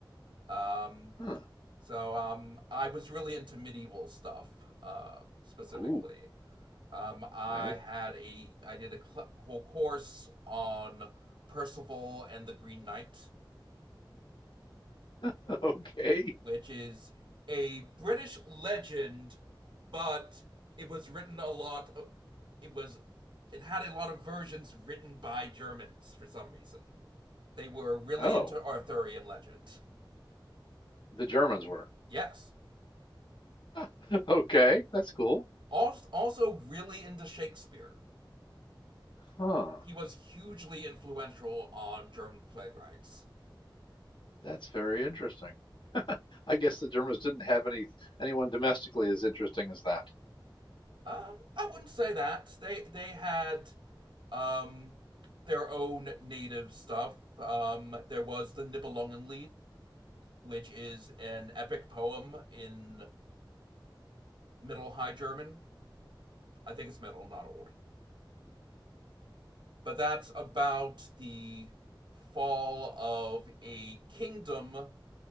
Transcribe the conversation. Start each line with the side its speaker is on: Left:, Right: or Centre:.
Right: Um,
Left: Huh.
Right: So um, I was really into medieval stuff uh, specifically.
Left: Ooh.
Right: Um, I
Left: Yeah.
Right: had a I did a cl- whole course on Percival and the Green Knight,
Left: <laughs> Okay.
Right: which is a British legend, but it was written a lot. uh, It was it had a lot of versions written by Germans for some reason. They were really
Left: Oh,
Right: into Arthurian legend.
Left: the Germans were.
Right: Yes.
Left: <laughs> Okay, that's cool.
Right: Als- Also really into Shakespeare.
Left: Huh.
Right: He was hugely influential on German playwrights.
Left: That's very interesting. I guess the Germans didn't have any anyone domestically as interesting as that.
Right: Um, I wouldn't say that. They they had um, their own native stuff. Um, there was the Nibelungen which is an epic poem in Middle High German. I think it's Middle, not Old. But that's about the fall of a kingdom